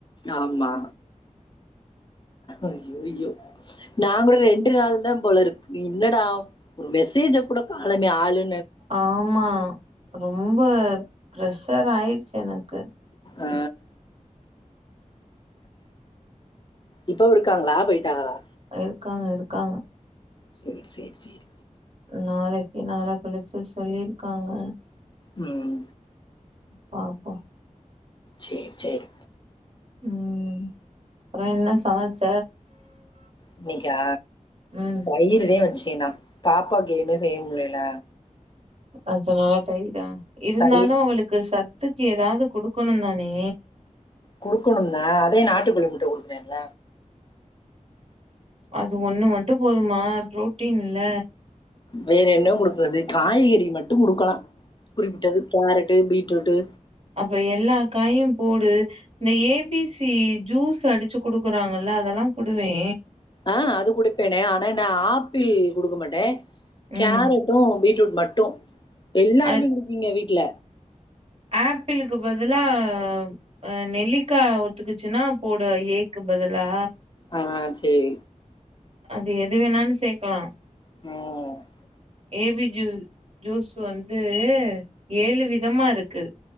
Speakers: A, on the left (about 35°); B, on the right (about 50°).
A: ஆம்மா ஐயோ ஐயோ நா கூட ரெண்டு நாள் தா போல இருக்கு இன்னடா ஒரு மெசேஜ் கூட கானமே ஆளு
B: ஆமா ரொம்ப பிஷர் ஆயிரிச்சி எனக்கு
A: ஆ இப்பவு இருக்காங்களா போயிட்டாங்கலா
B: இருக்காங்க இருக்காங்க
A: சேரி சேரி சேரி
B: நாளைக்கி நாள கழிச்சி சொல்லிருக்காங்க
A: ம்
B: பாப்போ
A: சேரி சேரி
B: ம் அப்புறோ என்ன சமச்ச
A: இன்னிக்கா
B: ம்
A: தயிருனே வச்சி சே நா பாப்பாவுக்கு எமே செய்ய முடியல
B: அஞ்சு நாளா தயிரா இருந்தாலு
A: தயிர்
B: அவளுக்கு சத் த்துக்கு ஏதாது குடுக்கணு தானே
A: குடுக்கணுதா அதே நாட்டுக்கோழி முட்ட குடுரேல்ல
B: அது ஒண்ணு மட்டு போதுமா புரோட்டீன் இல்ல
A: வேற என்ன குடுக்குறது காய்கறி மட்டு குடுக்கலா குறிப்பிட்டது கேரட் பீட் டுட்டு
B: இப்ப எல்லா காயு போடு இந்த ஏபிசி ஜூஸ் அடிச்சி குடுக்குறாங்கல்ல அதெல்லா குடுவே
A: ஆ அது குடுப்பேனே ஆனா ந ஆப்பிள் குடுக்கமாட்டே
B: ம்
A: கேரட்டு பீட்ரூட் மட்டு எல்லாருமே
B: அ
A: குடுப்பீங்க வீட்ல
B: ஆப்பிளுக்கு பதிலா ஆ நெல்லிக்கா ஒத்துக்குச்சுன்னா போடு ஏக்கு பதிலா
A: ஆ சேரி
B: அது எது வேணான்னு சேக்கலா
A: ம்
B: ஏ பி ஜூ ஜூஸ் வந்து ஏழு விதமா இருக்கு